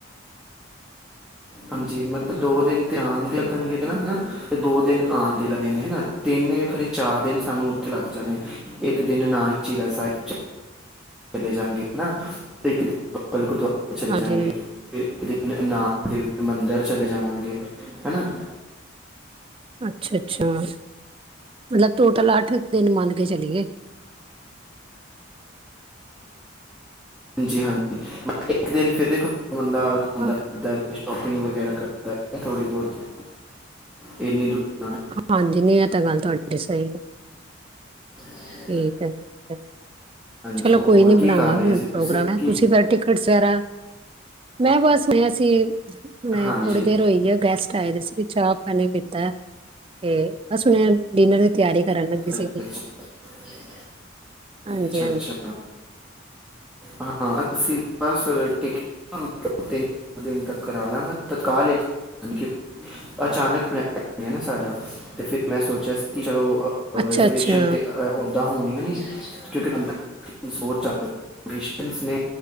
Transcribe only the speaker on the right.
ਹਾਂਜੀ
ਅੱਛਾ-ਅੱਛਾ ਮਤਲਬ ਟੋਟਲ ਅੱਠ ਦਿਨ ਮੰਨ ਕੇ ਚਲੀਏ।
ਹਾਂ-
ਹਾਂਜੀ ਨਹੀਂ ਇਹ ਤਾਂ ਗੱਲ ਤੁਹਾਡੀੇ ਸਹੀ
ਐ ਠੀਕ ਹੈ, ਠੀਕ ਹੈ।
ਚਲੋ
ਕੋਈ ਨੀ
ਬਣਾਵਾਂਗੇ
ਹੁਣ
ਪ੍ਰੋਗਰਾਮ
ਨ
ਤੁਸੀਂ ਫਿਰ ਟਿ ਇਸ ਐਰਾ <inaudible> ਮੈਂ ਬਸ ਹੋਇਆ ਸੀ ਫੇਰ ਤੇ ਮੈਂ
ਥੋੜ੍ਹੀ ਦੇਰ ਹੋਈ ਆ ਗੈਸਟ ਆਏ ਦੇ ਸੀ ਚਾਹ ਨੀ ਦਿਤਾ ਤੇ ਬਸ ਹੁਣ ਡਿਨਰ ਦੀ ਤਿਆਰੀ ਕਰਨ ਲੱਗੀ ਸੀ
ਗੀ,
ਹਾਂਜੀ-ਹਾਂਜੀ।
<unintelligible>
ਅੱਛਾ
ਅੱਛਾ